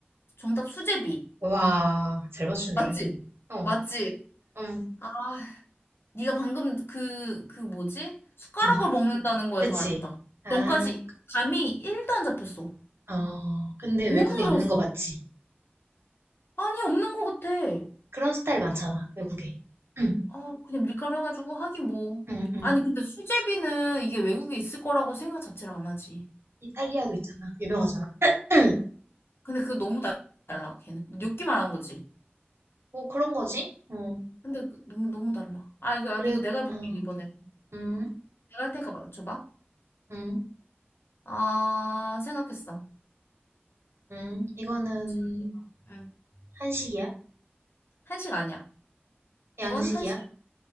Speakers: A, on the left (about 70°); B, on the right (about 80°).
A: 정답 수제비.
B: 와, 잘 맞추네.
A: 맞지?
B: 어,
A: 맞지?
B: 음,
A: 아, 네가 방금 그, 그 뭐지? 숟가락을
B: 음,
A: 먹는다는 거에서
B: 그치.
A: 알았다.
B: 아,
A: 전까지 감이 1도 안 잡혔어.
B: 어, 근데
A: 너무
B: 외국에 있는
A: 어려웠어.
B: 거 맞지?
A: 아니, 없는 것 같아.
B: 그런 스타일 많잖아, 외국에. 응,
A: 아, 그냥 밀가루 해가지고 하긴 뭐.
B: 응, 응.
A: 아니, 근데 수제비는 이게 외국에 있을 거라고 생각 자체를 안 하지.
B: 이탈리아도 있잖아. 유명하잖아. <clears throat>
A: 근데 그거 너무 달- 달라, 걔는. 뇨끼만 한 거지.
B: 뭐 그런 거지? 어,
A: 근데 그- 너무, 너무 달라. 아, 이거, 아니,
B: 그래,
A: 이거 내가 해볼게,
B: 어,
A: 이번에.
B: 음,
A: 내가 할 테니까 맞춰봐.
B: 음,
A: 아, 생각했어.
B: 음. 이거는
A: 질문해봐. 응.
B: 한식이야?
A: 한식 아니야.
B: 양식이야?
A: 이건 한식,